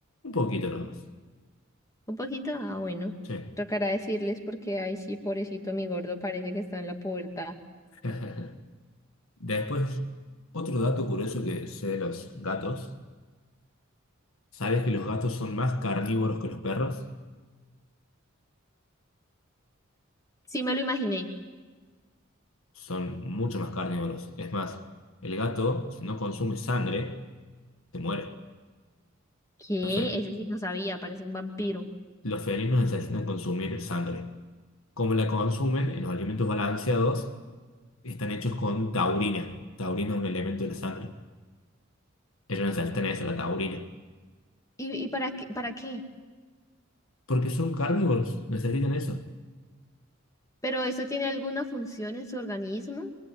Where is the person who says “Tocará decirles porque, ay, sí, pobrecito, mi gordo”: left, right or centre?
Left